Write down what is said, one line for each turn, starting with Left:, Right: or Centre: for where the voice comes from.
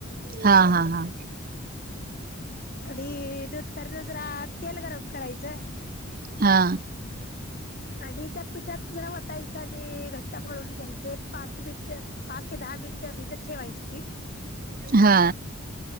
Right: हा हा हा.
Left: आणि नंतर जरा तेल गरम करायचं.
Right: हा
Left: आणि त्या पिठात जरा वतायचं आणि घट्ट मळून घ्यायचं एक पाच मिनिट. पाच ते दहा मिनिट अभिजत ठेवायचं पीठ.
Right: हा